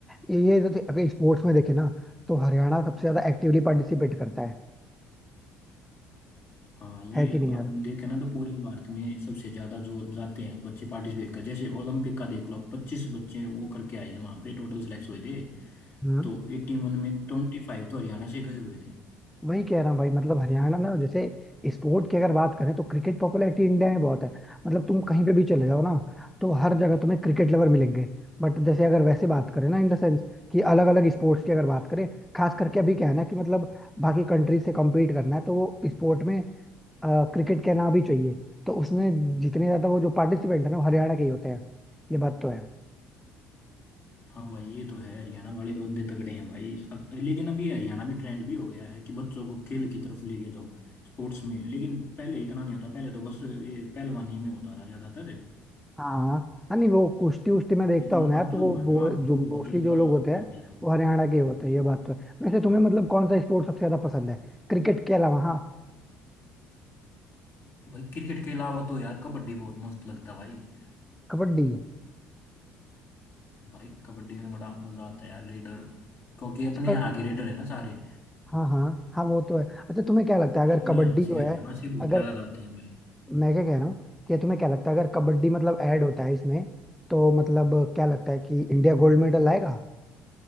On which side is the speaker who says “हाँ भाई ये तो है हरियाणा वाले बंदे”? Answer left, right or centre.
Left